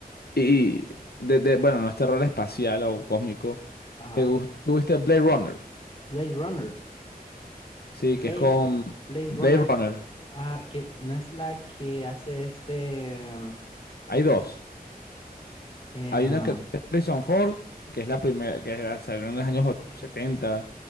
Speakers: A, on the left; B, on the left.
A: Y de, de- bueno, no es terror espacial o cósmico.
B: Ajá.
A: ¿Te gus- ¿Tuviste Blade Runner?
B: Blade Runner.
A: Sí,
B: Blade,
A: que es con
B: Blade
A: Blade
B: Runner.
A: Runner.
B: Ah, que no es la que hace este. em,
A: Hay dos.
B: eh,
A: Hay una que es Harrison Ford, que es la primera, que es salió en los años och- 70,